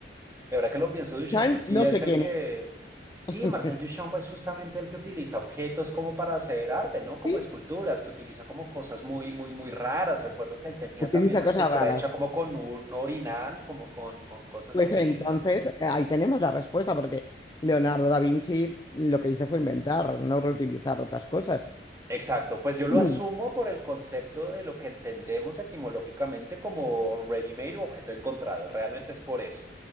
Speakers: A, on the right (about 15°); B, on the left (about 25°).
A: Y ahora que lo pienso, Duchamp,
B: Chan,
A: pues sí
B: no
A: es
B: sé
A: el
B: quién
A: que...
B: es.
A: Sí,
B: <laughs>
A: Marcel Duchamp es justamente el que utiliza objetos como para hacer arte, ¿no? Como
B: ¿Sí?
A: esculturas, que utiliza como cosas muy, muy, muy raras. Recuerdo que él tenía
B: Utiliza
A: también una
B: cosas
A: escultura
B: raras.
A: hecha como con un orinal, como con, con cosas
B: Pues
A: así,
B: entonces,
A: ¿no?
B: eh, ahí tenemos la respuesta, porque Leonardo da Vinci lo que hizo fue inventar, no reutilizar otras cosas.
A: Exacto, pues yo lo
B: Mm,
A: asumo por el concepto de lo que entendemos etimológicamente como ready-made o objeto encontrado. Realmente es por eso.